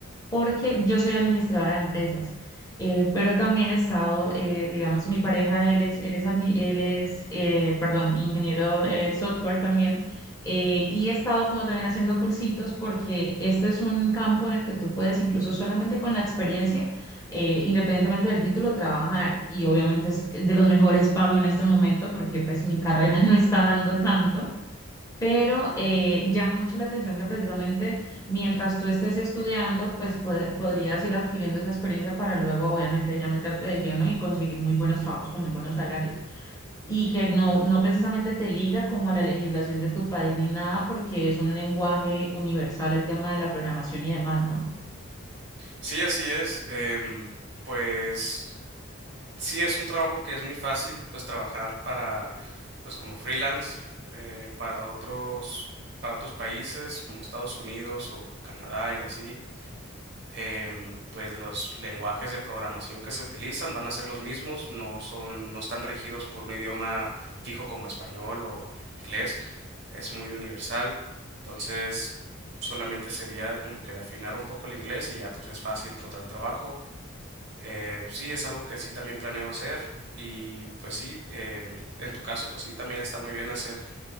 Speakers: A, on the left; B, on the right.
A: porque yo soy administradora de empresas, eh, pero también he estado, eh, digamos, mi pareja, él es, él es, admi- él es eh, perdón, ingeniero eh, de software también, eh, y he estado como también haciendo cursitos porque este es un campo en el que tú puedes incluso solamente con la experiencia, eh, independientemente del título, trabajar y obviamente es de los mejores pagos en este momento porque pues mi carrera <laughs> no está dando tanto. Pero eh, llama mucho la atención que precisamente mientras tú estés estudiando, pues puede- podrías ir adquiriendo esa experiencia para luego, obviamente, ya meterte de lleno y conseguir muy buenos trabajos con muy buenos salarios. Y que no, no precisamente te liga como a la legislación de tu país ni nada, porque es un lenguaje universal el tema de la programación y demás, ¿no?
B: Sí, así es, em, pues sí es un trabajo que es muy fácil, pues trabajar para, pues como freelance, eh, para otros, para otros países como Estados Unidos o Canadá y así. em, pues los lenguajes de programación que se utilizan van a ser los mismos, no son, no están regidos por un idioma fijo como español o inglés, es muy universal, entonces solamente sería como que de afinar un poco el inglés y ya pues es fácil encontrar trabajo. Eh, sí, es algo que sí también planeo hacer y pues sí, em, en tu caso pues sí también está muy bien hacer